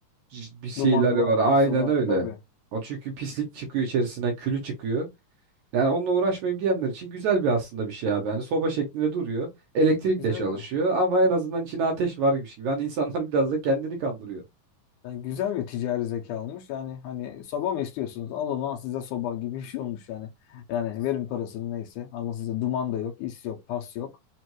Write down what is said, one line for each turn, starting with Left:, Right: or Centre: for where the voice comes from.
Right: c- bir şeyler
Left: Dumanı
Right: var
Left: var,
Right: aynen
Left: pası var
Right: öyle.
Left: tabii.
Right: O çünkü pislik çıkıyor içerisinden külü çıkıyor. Yani onunla uğraşmayayım diyenler için güzel bir aslında bir şey abi. Hani soba şeklinde duruyor. Elektrikle
Left: Güzel
Right: çalışıyor
Left: bir
Right: ama en azından içine ateş varmış gibi. Hani insanlar <laughs> biraz da kendini kandırıyor.
Left: yani güzel bir ticari zeka olmuş. Yani hani soba mı istiyorsunuz? Alın lan size soba gibi bir şey olmuş yani. Yani verin parasını neyse. Alın size duman da yok, is yok, pas yok.